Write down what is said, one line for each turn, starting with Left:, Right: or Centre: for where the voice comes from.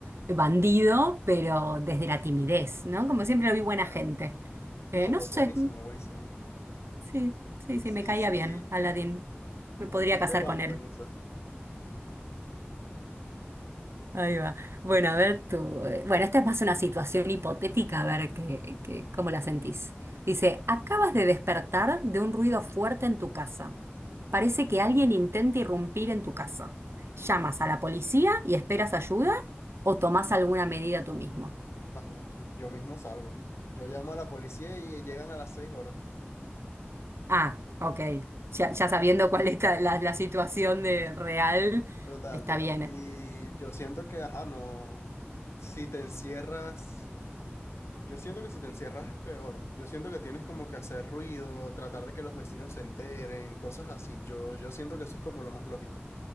Right: bandido, pero desde la timidez, ¿no? Como siempre lo vi buena
Left: Claro.
Right: gente. Eh,
Left: No,
Right: no
Left: bu-
Right: sé,
Left: buenísimo,
Right: mm,
Left: buenísimo.
Right: sí, sí, sí,
Left: Sí,
Right: me caía
Left: sí,
Right: bien, Aladdin. Me podría
Left: sí
Right: casar
Left: te banco
Right: con él.
Left: en esa.
Right: Ahí va. Bueno, a ver tú. eh, Bueno, esta es más una situación hipotética, a ver qué, qué- cómo la sentís. Dice, acabas de despertar de un ruido fuerte en tu casa. Parece que alguien intenta irrumpir en tu casa. ¿Llamas a la policía y esperas ayuda o tomás alguna medida tú mismo?
Left: No, no, yo mismo salgo. Yo llamo a la policía y llegan a las seis horas.
Right: Ah, ok. Ya, ya sabiendo cuál es la, la- la situación de real,
Left: Total,
Right: está
Left: total.
Right: bien.
Left: Y
Right: eh.
Left: yo siento que, ajá, no. Si te encierras, yo siento que si te encierras es peor. Yo siento que tienes como que hacer ruido, tratar de que los vecinos se enteren, cosas así. Yo, yo siento que eso es como lo más lógico.